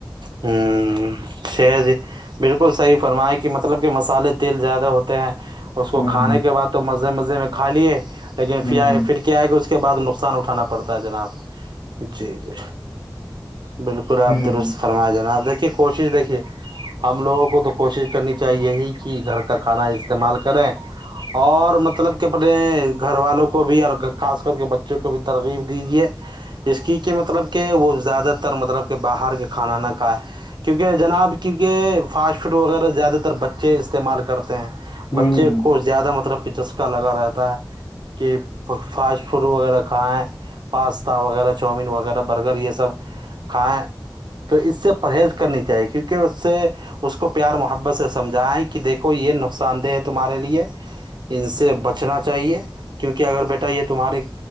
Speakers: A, on the right; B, on the left.
A: ہوں ش جی بالکل صحیح فرمایا کہ مطلب کہ مسالے تیل زیادہ ہوتے ہیں اس کو کھانے
B: ہوں
A: کے بعد تو مزے مزے میں کھا لیے لیکن
B: ہوں
A: پھر آ پھر کیا آئے کہ اس کے بعد نقصان اٹھانا پڑا پڑتا جناب جی جی بالکل آپ
B: ہوں
A: درست فرما جانا آپ دیکھیے کوشش دیکھیے ہم لوگوں کو تو کوشش کرنی چاہیے ہی کہ گھر کا کھانا استعمال کریں اور مطلب کہ اپنے گھر والوں کو بھی اور خاص کر کے بچ بچوں کو بھی ترغیب دیجیے ج کی کہ مطلب کہ وہ زیادہ اتر مطلب کہ باہر کے کھانا نہ کھائے کیونکہ جناب کیونکہ فاسٹ فوڈ وغیرہ زیادہ تر بچے استعمال کرتے ہیں
B: ہوں
A: بچے کو زیادہ مطلب کہ چسکا لگا رہتا ہے کہ فاسٹ فوڈ وغیرہ کھائیں پاستا وغیرہ چاؤومین وغیرہ برگر یہ سب کھائیں تو اس سے پرہیز کرنی چاہیے کیونکہ اس سے اس کو پیار محبت سے سمجھائیں کہ دیکھو یہ نقصان دہ ہے تمہارے لیے ان سے بچنا چاہیے کیونکہ اگر بیٹا یہ تمہاری